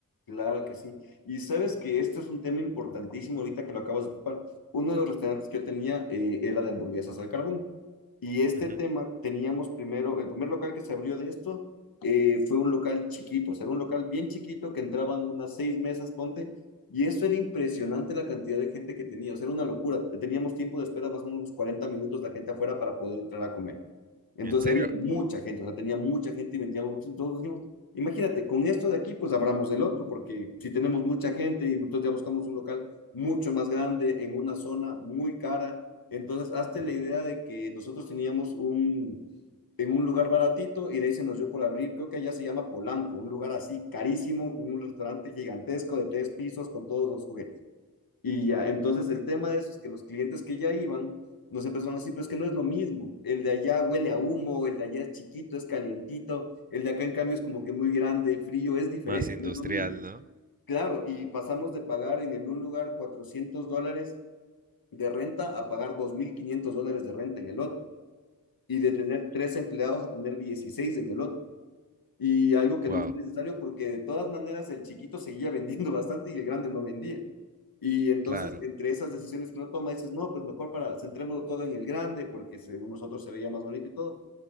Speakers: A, on the left; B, on the right.
A: Claro que sí. Y sabes que esto es un tema importantísimo ahorita que lo acabas de ocupar. Uno de los restaurantes que yo tenía eh, era de hamburguesas al carbón. Y este
B: Ujú.
A: tema teníamos primero, el primer local que se abrió de esto eh, fue un local chiquito, o sea, era un local bien chiquito que entraban unas seis mesas, ponte. Y eso era impresionante la cantidad de gente que tenía, o sea, era una locura. Teníamos tiempo de espera más o menos unos 40 minutos la gente afuera para poder entrar a comer. Entonces
B: En serio,
A: había mucha gente, o sea, tenía mucha gente y vendíamos mucho. Entonces dijimos, imagínate, con esto de aquí, pues abramos el otro, porque si tenemos mucha gente y entonces ya buscamos un local mucho más grande en una zona muy cara. Entonces, hazte la idea de que nosotros teníamos un, en un lugar baratito y de ahí se nos dio por abrir, creo que allá se llama Polanco, un lugar así carísimo, con un restaurante gigantesco de tres pisos con todos los juguetes. Y ya, entonces el tema de eso es que los clientes que ya iban nos empezaron así, pero es que no es lo mismo. El de allá huele a humo, el de allá es chiquito, es calientito, el de acá en cambio es como que muy grande, frío, es diferente,
B: más industrial,
A: no es lo mismo.
B: ¿no?
A: Claro, y pasamos de pagar en el un lugar 400 dólares de renta a pagar 2.500 dólares de renta en el otro, y de tener tres empleados a tener 16 en el otro. Y algo que
B: Wow,
A: no fue necesario porque de todas maneras el chiquito seguía <laughs> vendiendo bastante y el grande no vendía. Y entonces,
B: claro.
A: entre esas decisiones que uno toma, dices, no, pues mejor para, centrémonos todo en el grande, porque según nosotros se veía más bonito y todo.